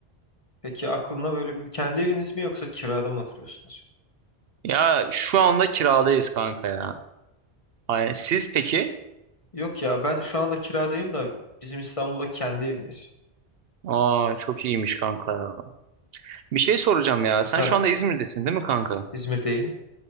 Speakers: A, on the left; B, on the right.
A: peki aklında böyle bir kendi eviniz mi yoksa kirada mı oturuyorsunuz?
B: Ya şu anda kiradayız kanka ya. Ay, siz peki?
A: Yok ya ben şu anda kiradayım da bizim İstanbul'da kendi evimiz.
B: Aa çok iyiymiş kanka ya. Bir şey soracağım ya.
A: Efendim
B: Sen şu anda İzmir'desin değil mi kanka?
A: İzmir'deyim.